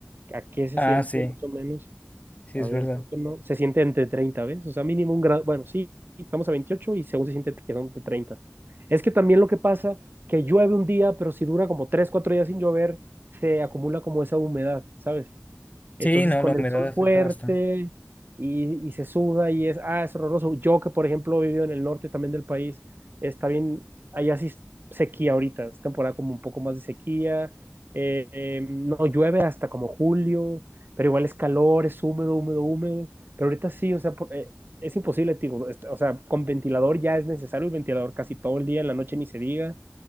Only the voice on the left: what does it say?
ah,
sí,
sí
es
verdad.
Sí, no,
la
humedad
afecta
bastante.